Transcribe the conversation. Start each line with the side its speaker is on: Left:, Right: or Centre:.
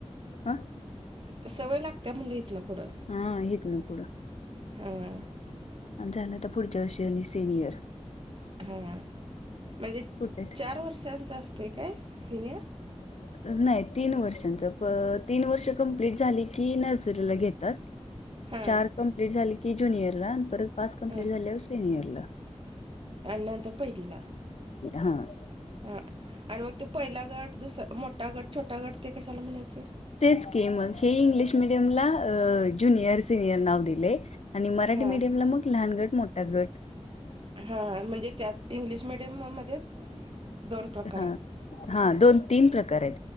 Left: हा
Right: सवय लागत्या म्हणलं इत ना पुढं
Left: हा येत ना पुढ
Right: हा
Left: आणि झालं आता पुढच्या वर्षी सेनियर
Right: हां म्हणजे
Left: कुठे आहेत
Right: चार वर्षांचं असते काय सिनियर
Left: <inaudible> नाही तीन वर्षांचं तीन वर्ष कम्प्लीट झाली की नर्सरीला घेतात.
Right: हा
Left: चार कंप्ललीट झाले की ज्युनियरला आणि परत पाच कंप्लीट
Right: हा
Left: झाल्यावर सेनियरला.
Right: नंतर पहिलीला
Left: हां
Right: हा आणि मग तो पहिला गट, दुसरा मोठा गट छोटा गट ते कशाला म्हणायचं?
Left: तेचकी मग हे इंग्लिश मिीडियमला ज्युनियर सिनियर नाव दिले. आणि मराठी
Right: हा
Left: मीडियमला मग लहान गट मोठा गट
Right: हा म्हणजे त्याच इंग्लिश मिीडियम मध्येच दोन प्रकार
Left: हा
Right: आहेत
Left: हा दोन तीन प्रकार आहेत.